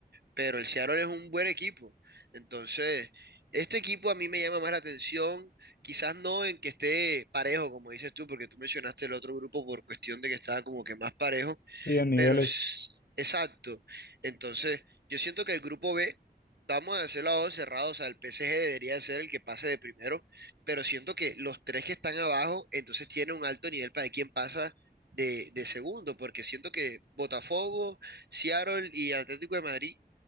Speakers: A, on the right; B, on the left.
A: Pero el Seattle es un buen equipo. Entonces, este equipo a mí me llama más la atención, quizás no en que esté parejo, como dices tú, porque tú mencionaste el otro grupo por cuestión de que estaba como que más parejo,
B: Y en niveles,
A: pero es exacto. Entonces, yo siento que el grupo B, vamos a hacer a dos cerrados, o sea, el PSG debería ser el que pase de primero, pero siento que los tres que están abajo, entonces tienen un alto nivel para quien pasa de, de segundo, porque siento que Botafogo, Seattle y Atlético de Madrid